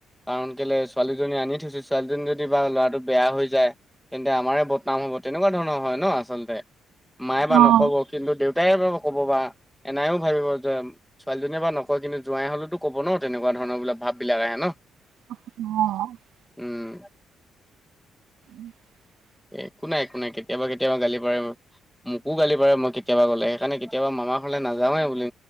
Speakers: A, in the centre; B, on the right (about 80°).
A: কাৰণ কেলে ছোৱালীজনী আনি থৈছোঁ। ছোৱালীজনী যদি বা ল'ৰাটো বেয়া হৈ যায় তেন্তে আমাৰে বদনাম হ'ব তেনেকুৱা ধৰণৰ হয় ন' আচলতে। মায়ে বা
B: অ অ
A: নকব কিন্তু দেউতাই বা ক'ব বা এনাইও ভাবিব যে ছোৱালীজনীয়ে বা নকয় কিন্তু যোৱাই হ'লেওতো ক'ব ন' তেনেকুৱা ধৰণৰ বোলে ভাববিলাক আহে ন'।
B: অহ।
A: উম।
B: <unintelligible>
A: এ একো নাই একো নাই কেতিয়াবা-কেতিয়াবা গালি পাৰে মোকো গালি পাৰে মই কেতিয়াবা গ'লে, সেইকাৰণে কেতিয়াবা মামাৰ ঘৰলে নাযওঁৱে বুলি